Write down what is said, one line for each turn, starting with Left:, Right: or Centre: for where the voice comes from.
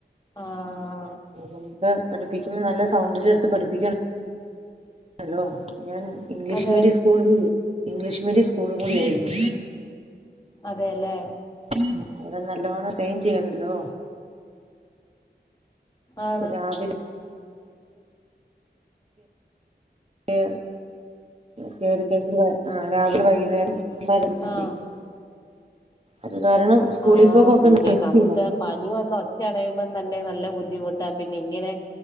Left: ആഹ്
Right: നമുക്ക് പഠിപ്പിക്കുമ്പോൾ നല്ല സൗണ്ടിലെടുത്ത് പഠിപ്പിക്കണല്ലോ ഞാൻ ഇംഗ്ലീഷ്
Left: അതെ
Right: മീഡിയം സ്കൂ സ്കൂൾ കൂടി ഇംഗ്ലീഷ് മീഡിയം സ്കൂൾ കൂടി ആയിരുന്നു
Left: അതെല്ലേ
Right: അങ്ങനെ നല്ലോണം സ്‌ട്രെയിൻ ചെയ്യണല്ലോ
Left: ആണ്
Right: രാവിലെ ക്ക് കേറിക്കഴഞ്ഞ ആ രാവിലെ വൈകുന്നേരം
Left: ആഹ്
Right: പോയി അത് കാരണം സ്കൂളിൽ
Left: ആ
Right: പോക്കൊക്കെ
Left: പിന്നെ
Right: നിർത്തി
Left: നമുക്ക് പ പനി വന്ന് ഒച്ച അടയുമ്പം തന്നെ നല്ല ബുദ്ധിമുട്ടാ പിന്നെ ഇങ്ങനെ